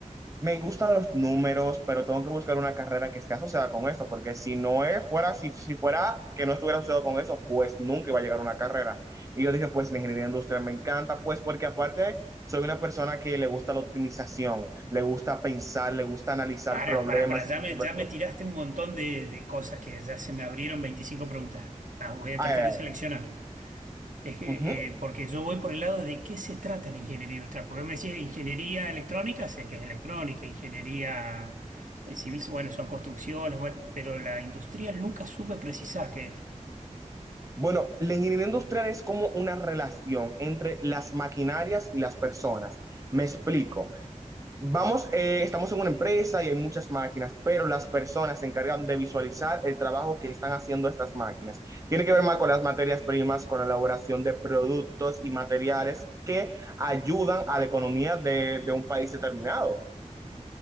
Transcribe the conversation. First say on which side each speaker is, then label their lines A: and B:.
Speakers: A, on the right; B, on the right.
A: me gustan los números, pero tengo que buscar una carrera que esté asociada con eso, porque si no es, fuera, si, si fuera que no estuviera asociado con eso, pues nunca iba a llegar a una carrera. Y yo dije, pues la ingeniería industrial me encanta, pues porque aparte soy una persona que le gusta la optimización, le gusta pensar, le gusta analizar
B: Para,
A: problemas
B: para, para, ya
A: y resolver
B: me, ya me
A: problemas.
B: tiraste un montón de, de cosas que ya se me abrieron 25 preguntas. Las voy a
A: Ay,
B: tratar
A: ay,
B: de
A: ay.
B: seleccionar. Es que,
A: Ujú.
B: eh, porque yo voy por el lado de qué se trata la ingeniería industrial. Porque me decís ingeniería electrónica, sé que es electrónica, ingeniería eh, civil, bueno, son construcciones, bueno, pero la industrial nunca supe precisar qué es.
A: Bueno, la ingeniería industrial es como una relación entre las maquinarias y las personas. Me explico. Vamos, eh, estamos en una empresa y hay muchas máquinas, pero las personas se encargan de visualizar el trabajo que están haciendo estas máquinas. Tiene que ver más con las materias primas, con la elaboración de productos y materiales que ayudan a la economía de, de un país determinado.